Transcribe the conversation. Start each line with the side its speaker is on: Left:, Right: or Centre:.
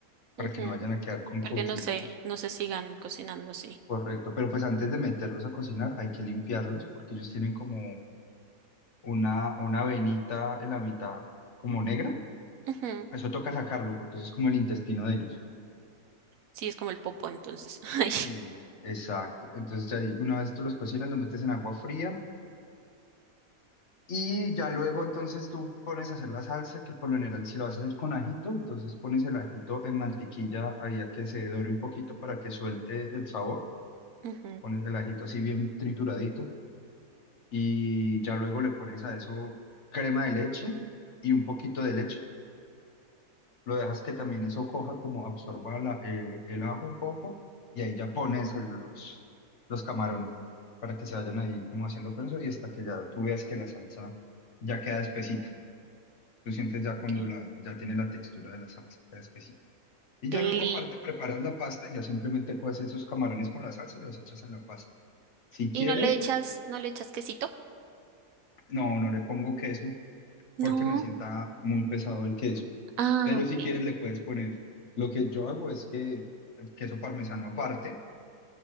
Left: para
Right: ujú,
Left: que no vayan a quedar como
Right: Porque
Left: cauchuditos.
Right: no sé, no se sigan cocinando así.
Left: Correcto, pero pues antes de meterlos a cocinar hay que limpiarlos porque ellos tienen como una, una venita en la mitad como negra.
Right: Ujú,
Left: Eso toca sacarlo porque eso es como el intestino de ellos.
Right: Sí, es como el popo entonces. <laughs> Ay,
Left: Sí, exacto. Entonces ya ahí, una vez tú los cocinas, los metes en agua fría Y ya luego entonces tú pones a hacer la salsa, que por lo general si lo vas a hacer con ajito, entonces pones el ajito en mantequilla ahí a que se dore un poquito para que suelte el sabor,
Right: ujú,
Left: pones el ajito así bien trituradito y ya luego le pones a eso crema de leche y un poquito de leche, lo dejas que también eso coja como absorba la- eh, el ajo un poco y ahí ya pones el- los, los camarones para que se vayan ahí como haciendo con eso y hasta que ya tú veas que la salsa ya queda espesita. Tú sientes ya cuando
Right: ok.
Left: la, ya tiene la textura de la salsa, la espesita. Y ya
Right: Deli.
Left: luego aparte preparas la pasta y ya simplemente coces esos camarones con la salsa y los echas en la pasta. Si quieres,
Right: ¿Y no le echas, no le echas quesito?
Left: no, no le pongo queso
Right: No.
Left: porque me sienta muy pesado el queso.
Right: Ah,
Left: Pero
Right: ok.
Left: si quieres le puedes poner, lo que yo hago es que eh, queso parmesano aparte